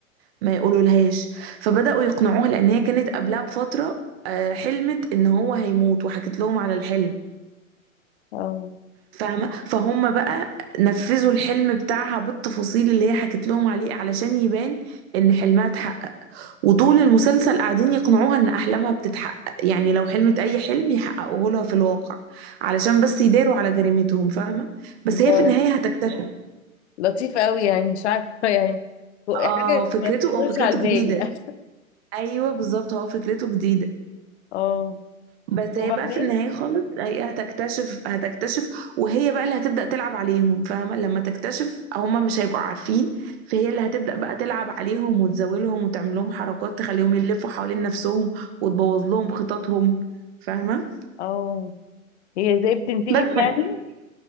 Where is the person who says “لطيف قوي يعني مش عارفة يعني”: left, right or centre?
Left